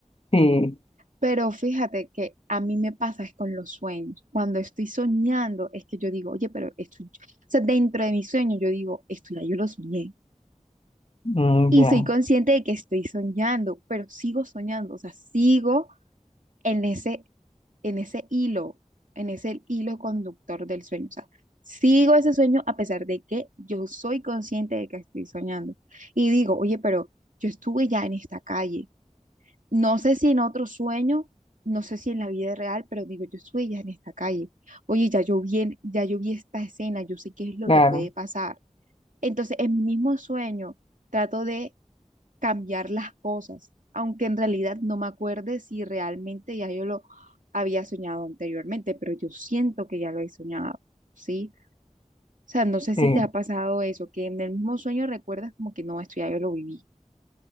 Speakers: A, on the left; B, on the right.
A: sí,
B: Pero fíjate que a mí me pasa es con los sueños. Cuando estoy soñando, es que yo digo, oye, pero esto, yo-". o sea, dentro de mis sueños yo digo, esto ya yo lo soñé.
A: mm,
B: Y
A: ya,
B: soy consciente de que estoy soñando, pero sigo soñando, o sea, sigo en ese, en ese hilo, en ese hilo conductor del sueño. O sea, sigo ese sueño a pesar de que yo soy consciente de que estoy soñando. Y digo, oye, pero yo estuve ya en esta calle. No sé si en otro sueño, no sé si en la vida real, pero digo, yo estuve ya en esta calle. Oye, ya yo vi, en- ya yo vi esta escena, yo sé qué es lo
A: claro,
B: que puede pasar. Entonces, en mi mismo sueño, trato de cambiar las cosas, aunque en realidad no me acuerde si realmente ya yo lo había soñado anteriormente, pero yo siento que ya lo he soñado, ¿sí? O sea, no sé si
A: sí.
B: te ha pasado eso, que en el mismo sueño recuerdas como que no, esto ya yo lo viví.